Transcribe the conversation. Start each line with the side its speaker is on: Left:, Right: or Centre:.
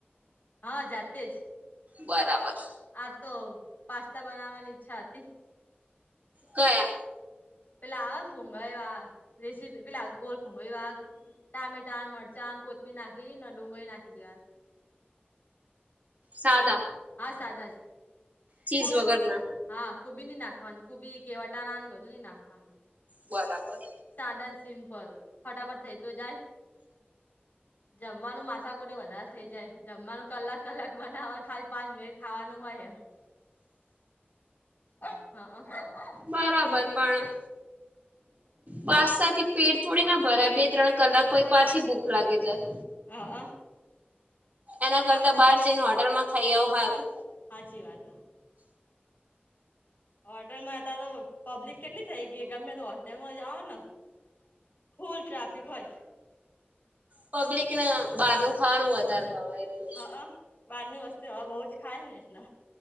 Left: હા જાતે જ.
Right: બરાબર.
Left: આ તો પાસ્તા બનાવાની ઈચ્છા હતી.
Right: ક્યા?
Left: પેલા આવ ને ભૂંગળી વાળા રેસીપી પેલા આ ગોલ ભૂંગળી વાળા. ટામેટા, મરચા ને કોથમીર નાખી ને ડુંગળી નાખી દેવાની.
Right: સાદા
Left: એ રયા હા સાદા જ.
Right: ચીઝ
Left: કોબી
Right: વગરના
Left: બોબી હા કુબી ની નાખવાની. કુબી કે વટાણાને એ બધું નઈ નાખવાનું.
Right: બરાબર.
Left: સાદા ને સિમ્પલ, ફટાફટ થઈ તો જાય. જમવાનું મા માથાકૂટ વધારે થઇ જાય. જમવાનું કલાક કલાક બનાવવાનું ખાલી પાંચ મિનિટ ખાવાનું હોય હે. હ અ
Right: બરાબર પણ પાસ્તાથી પેટ થોડી ના ભરાય. બે ત્રણ કલાક પહિ પાછી ભૂખ લાગી જાય.
Left: હા
Right: એના કરતા બહાર જઈને હોટલમાં ખાઈ આવ હારું.
Left: હાચી વાત. હોટેલમાં અતાર તો પબ્લિક કેટલી થઈ ગઈ ગમે તે હોટેલમાં જાઓન ફુલ ટ્રાફિક હોય.
Right: પબ્લિક ન બહારનું ખાવાનું
Left: પણ
Right: વધારે ભાવે એટલે
Left: હ અ, બારની વસ્તુ હવ બઉ જ ખાય ને એટલે